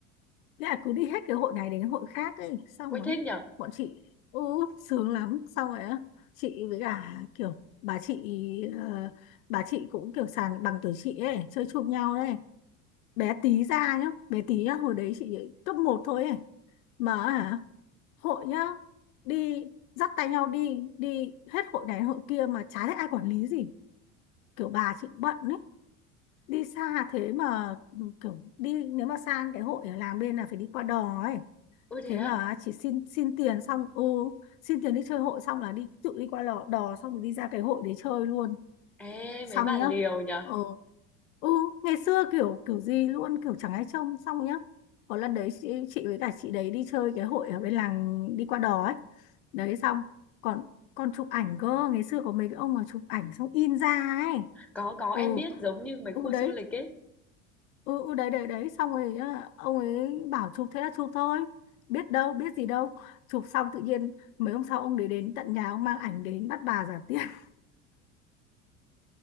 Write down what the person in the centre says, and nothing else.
ôi
thích nhở?
Ôi thế
á?
Ê,
mấy bà
liều nhở?
Có, có,
em biết giống như mấy
khu
du lịch ấy.